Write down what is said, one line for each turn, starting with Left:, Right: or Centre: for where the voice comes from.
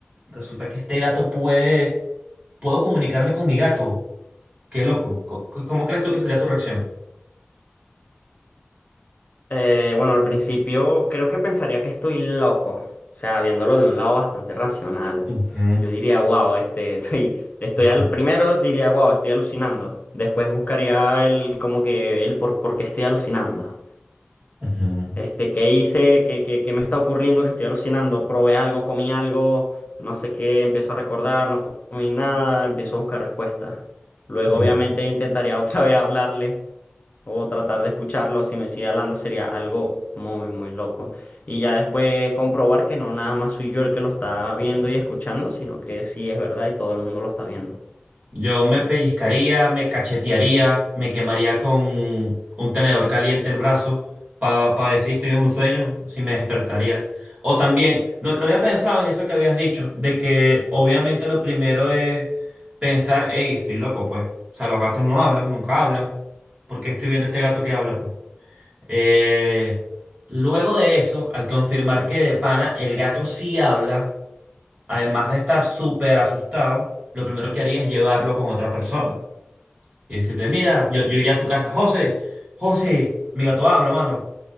Right: resulta que este gato puede, puedo comunicarme con mi gato? Qué loco. Co- co- ¿Cómo crees tú que sería tu reacción?
Left: Eh, bueno, al principio creo que pensaría que estoy loco, o sea, viéndolo de un lado bastante racional.
Right: Ujú,
Left: Yo diría, wow, este, <laughs> estoy, estoy
Right: <laughs>
Left: al, primero diría, wow, estoy alucinando. Después buscaría el, como que el por, por qué estoy alucinando.
Right: ujú,
Left: Este, ¿qué hice? ¿Qué, qué, qué me está ocurriendo? Que estoy alucinando. Probé algo, comí algo, no sé qué, empiezo a recordar, no comí nada, empiezo a buscar respuestas. Luego,
Right: ujú.
Left: obviamente, intentaría <laughs> otra vez hablarle o tratar de escucharlo. Si me sigue hablando, sería algo muy, muy loco. Y ya después comprobar que no nada más soy yo el que lo está viendo y escuchando, sino que sí es verdad y todo el mundo lo está viendo.
Right: Yo me pellizcaría, me cachetearía, me quemaría con un tenedor caliente el brazo para ver si estoy en un sueño, si me despertaría. O también, no, no había pensado en eso que habías dicho, de que obviamente lo primero es pensar, hey, estoy loco, pues. O sea, los gatos no hablan, nunca hablan. ¿Por qué estoy viendo este gato que habla, pues? Eh, luego de eso, al confirmar que de pana el gato sí habla además de estar súper asustado, lo primero que haría es llevarlo con otra persona y decirle, mira, yo, yo iría a tu casa, José, José, mi gato habla, mano,